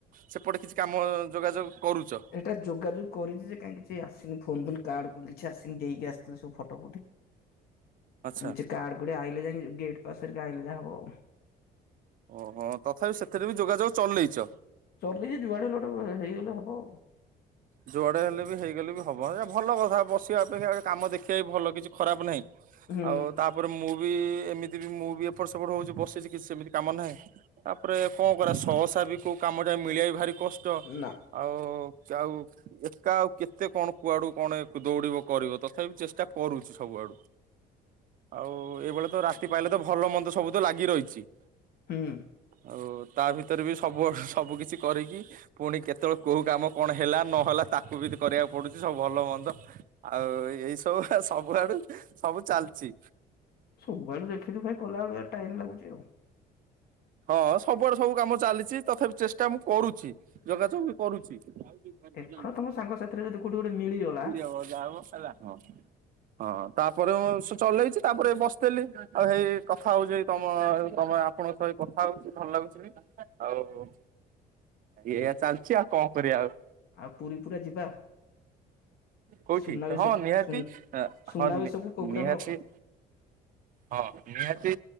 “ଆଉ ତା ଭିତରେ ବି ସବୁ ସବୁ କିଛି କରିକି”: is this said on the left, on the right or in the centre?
Right